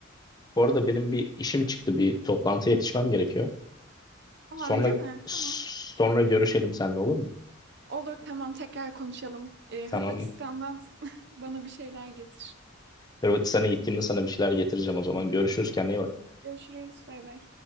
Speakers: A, on the left; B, on the right.
A: bu arada benim bir işim çıktı. Bir toplantıya yetişmem gerekiyor.
B: Aa
A: Sonra
B: öyle mi?
A: sonra
B: Tamam.
A: görüşelim seninle olur mu?
B: Olur tamam tekrar konuşalım. Ee,
A: Tamam.
B: Hırvatistan'dan <laughs> bana bir şeyler getir.
A: Hırvatistan'a gittiğimde sana bir şeyler getireceğim o zaman. Görüşürüz kendine iyi bak.
B: Görüşürüz. Bay bay.